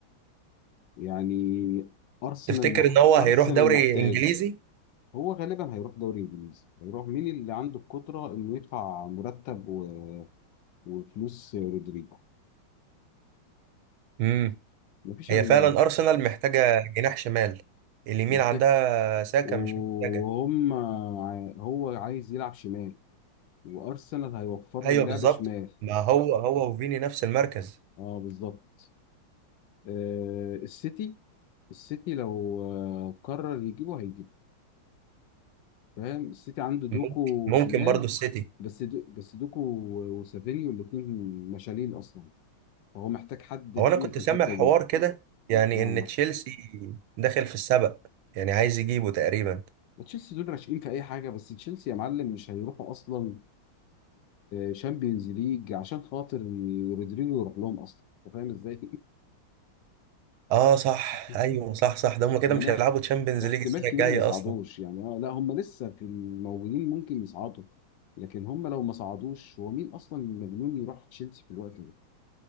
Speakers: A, on the left; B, on the right.
A: يعني ارسنال
B: تفتكر
A: مح...
B: ان هو هيروح
A: ارسنال
B: دوري
A: محتاجه
B: انجليزي
A: هو غالبا هيروح دوري انجليزي هيروح مين اللي عنده القدره انه يدفع مرتب و... وفلوس رودريجو
B: امم
A: مفيش
B: هي
A: الا
B: فعلا ارسنال محتاجه جناح شمال اليمين
A: محتاج
B: عندها ساكا
A: وهم
B: مش محتاجه
A: عاي- هو عايز يلعب شمال وارسنال هيوفر
B: ايوه
A: له اللعب
B: بالظبط
A: شمال
B: ما هو هو وفيني نفس المركز
A: اه بالظبط آه، السيتي السيتي لو آه، قرر يجيبه هيجيبه فاهم السيتي عنده دوكو
B: ممكن ممكن
A: شمال
B: برضو السيتي
A: بس دو بس دوكو و- وسافينيو الاثنين مشالين اصلا فهو محتاج حد
B: هو
A: تقيل
B: انا كنت
A: في الحته
B: سامع حوار
A: دي
B: كده يعني
A: اه
B: ان تشيلسي داخل في السبق يعني عايز يجيبه تقريبا
A: تشيلسي دول راشقين في اي حاجه بس تشيلسي يا معلم مش هيروحوا اصلا شامبيونز ليج عشان خاطر رودريجو يروح لهم اصلا انت فاهم ازاي
B: اه صح
A: <laughs>
B: ايوه صح صح ده هم كده
A: يعني
B: مش هيلعبوا
A: اح-
B: تشامبيونز
A: احتمال
B: ليج السنه
A: كبير
B: الجايه
A: ما يصعدوش
B: اصلا
A: يعني آه، لا هم لسه في الموجودين ممكن يصعدوا لكن هم لو ما صعدوش هو مين اصلا مجنون يروح تشيلسي في الوقت ده